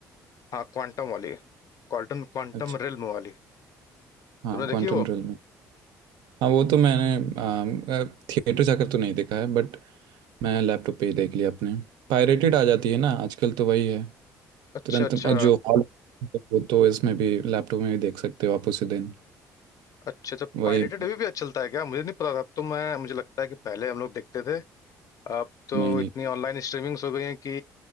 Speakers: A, on the left; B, on the right.
A: हाँ क्वांटम वाली क्वांटम क्वांटम
B: अच्छा
A: रिल्म वाली
B: हाँ
A: तुमने देखी
B: क्वांटम
A: है वो
B: रियल में हाँ वो तो मैंने थिएटर जाकर तो नहीं देखा है बट मैं लैपटॉप पे ही देख लिया अपने पायरेटेड आ जाती है ना आजकल तो वही है
A: अच्छा
B: तुरंत
A: अच्छा
B: अ, जो हॉल वो तो इसमें भी लैपटॉप में भी देख सकते हो आप उसी दिन
A: अच्छा अच्छा
B: वही
A: पायरेटेड अभी भी अच्छा चलता है क्या मुझे नहीं पता था अब तो मैं मुझे लगता है कि पहले हम लोग देखते थे अब तो
B: नहीं नहीं
A: इतनी ऑनलाइन स्ट्रीमिंग्स हो गई हैं कि